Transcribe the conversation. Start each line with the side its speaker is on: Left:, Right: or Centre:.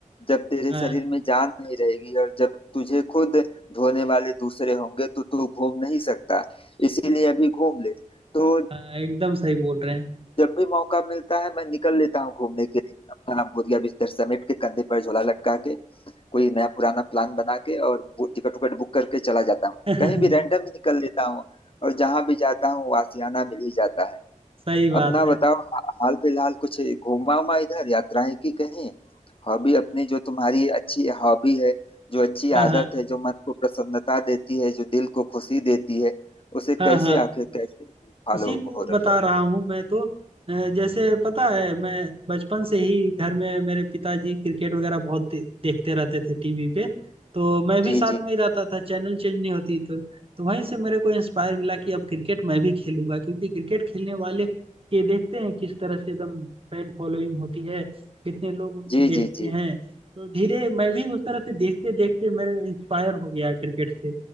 Left: जब तेरे
Right: हाँ
Left: शरीर में जान नहीं रहेगी और जब तुझे खुद धोने वाले दूसरे होंगे तो तू घूम नहीं सकता इसीलिए अभी घूम ले तो
Right: हाँ एकदम सही बोल रहे
Left: जब भी मौका मिलता है मैं निकल लेता हूँ घूमने के लिए अपना बोरिया बिस्तर समेट के कंधे पर झोला लटका के कोई नया पुराना प्लान बना के और बु- टिकट उकट बुक करके चला जाता हूँ
Right: हैं
Left: कहीं भी
Right: <laughs>
Left: रैंडम ही निकल लेता हूँ और जहां भी जाता हूँ वो आशियाना मिल ही जाता है
Right: सही बात
Left: अपना
Right: है।
Left: बताओ हा- हाल फिलहाल कुछ घूमा उमा इधर यात्राएं की कहीं हॉबी अपनी जो तुम्हारी अच्छी हॉबी है जो अच्छी
Right: हाँ,
Left: आदत
Right: हाँ।
Left: है जो मन को प्रसन्नता देती है जो दिल को खुशी देती है उसे
Right: हाँ,
Left: कैसे
Right: हाँ।
Left: आखिर कैसे फॉलो
Right: उसी को
Left: हो
Right: बता
Left: रखा
Right: रहा
Left: है
Right: हूँ मैं तो अ, जैसे पता है मैं बचपन से ही घर में मेरे पिताजी क्रिकेट वगैरह बहुत दे, देखते रहते थे टीवी पे तो मैं भी
Left: जी
Right: साथ
Left: जी
Right: में ही रहता था चैनल चेंज नहीं होती तो तो वहीं से मेरे को इंस्पायर मिला कि अब क्रिकेट मैं भी खेलूंगा क्योंकि क्रिकेट खेलने वाले के देखते हैं किस तरह से एकदम फैन फॉलोइंग होती है कितने लोग उनको
Left: जी
Right: देखते
Left: जी जी
Right: हैं तो धीरे मैं भी उस तरह से देखते देखते मेरे इंस्पायर हो गया क्रिकेट से